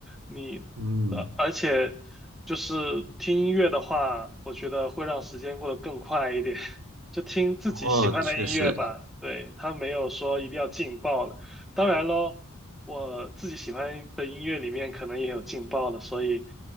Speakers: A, in the centre; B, on the right (about 85°).
A: 你，
B: 嗯，
A: 呃而且就是听音乐的话，我觉得会让时间过得更快一点，<laughs> 就听自己喜欢的音乐吧。
B: 哦，确实，
A: 对，它没有说一定要劲爆的。当然喽，我自己喜欢的音乐里面可能也有劲爆的，所以，